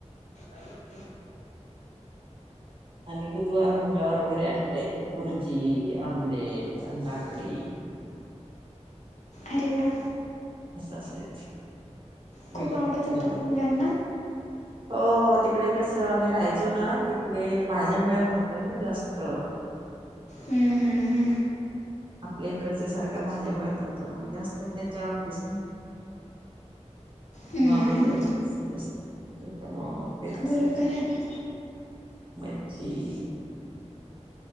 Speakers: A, on the left; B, on the right.
A: <inaudible>
B: आणि बुधवार, मंगळवार वगैरे अंडे भुर्जी, आमलेट अंडाकडी.
A: अरे वा!
B: असं असायच
A: खूप
B: वेगवेगळ्या
A: आवडत होतं का मुलांना
B: <unintelligible> हो तिकडे कसं आम्ही राहायचो ना तिकडे भाज्या मिळत नव्हत्या ना जास्त.
A: हू हू हू!
B: आपल्या इकडच्या सारख्या भाज्या मिळत नव्हत्या, मग जास्त त्याच्या <inaudible>
A: हम्म,
B: नॉनव्हेज वर जास्त <inaudible> तेच असायचं
A: बरोबर आहे
B: मच्छी.